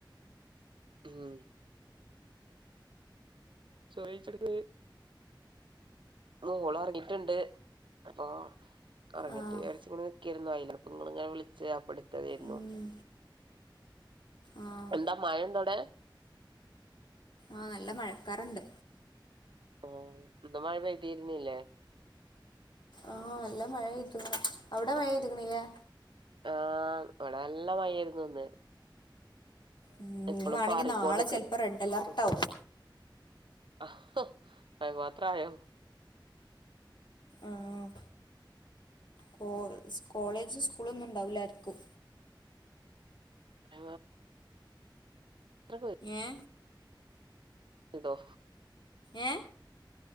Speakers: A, on the right; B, on the left.
A: ഉം ചോയ്ച്ചത് മോള് ഒറങ്ങിട്ടുണ്ട് അപ്പൊ ഒറങ്ങട്ടെ
B: ആഹ്
A: വിചാരിച്ചു നിക്കേർന്നു ആയി പ്പങ്ങളിങ്ങനെ വിളിച്ച അപ്പൊട് ത്തെതീർന്നു
B: ഉം ആഹ്
A: എന്താ മഴണ്ടവ്ടെ
B: ആഹ നല്ല മഴക്കാറുണ്ട്
A: ആ എന്ത മഴ പെയ്തിരുന്നില്ലേ
B: ആഹ എല്ലാം മഴയ്തുകുണ് അവ്ടെ മഴെയ്തിക്കണില്യേ
A: ആഹ് ഇവ്ടെ നല്ല മഴായിരുന്നു ഇന്ന്
B: ഉം ഞ്ഞി
A: ഇപ്പളും
B: വേണെങ്കിനാളെ
A: പാറിക്കോണ്ട്
B: ചെലപ്പോ റെഡ് അലാർട്ട് ആവും
A: ആ ഹ അത് മാത്രായോ
B: ആഹ് കോ സ് കോളേജും സ്കൂളൊന്നും ഇണ്ടാവില്ലാർക്കും
A: ആ അത്രക്ക്
B: ഏ
A: ഇതോ
B: ഏ